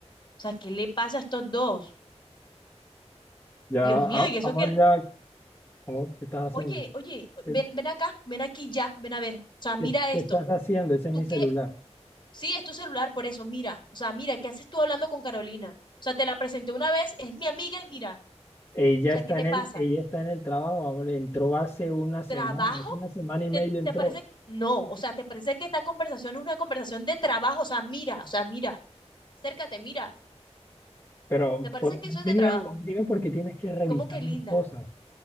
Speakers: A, on the left; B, on the left.
A: sea, ¿qué le pasa a estos dos?
B: ya,
A: Dios
B: a-
A: mío, y eso
B: amor,
A: que...
B: ya, amor, ¿qué estás haciendo?
A: Oye, oye,
B: ¿Qué,
A: ven, ven acá, ven aquí ya, ven a ver. O sea, mira
B: qué- qué
A: esto.
B: estás haciendo? Ese es
A: ¿Tú
B: mi celular.
A: qué? Sí, es tu celular, por eso, mira. O sea, mira, ¿qué haces tú hablando con Carolina? O sea, te la presenté una vez, es mi amiga y mira.
B: Ella
A: O sea,
B: está
A: ¿qué te
B: en el,
A: pasa?
B: ella está en el trabajo, ahora entró hace una semana,
A: ¿Trabajo?
B: hace una semana y
A: ¿Te,
B: media entró.
A: te parece? No, o sea, ¿te parece que esta conversación es una conversación de trabajo? O sea, mira, o sea, mira, acércate, mira.
B: Pero
A: ¿Te parece
B: por-
A: que
B: dime,
A: eso es de trabajo?
B: algo, dime por qué tienes que revisar
A: ¿Cómo que linda?
B: mis cosas.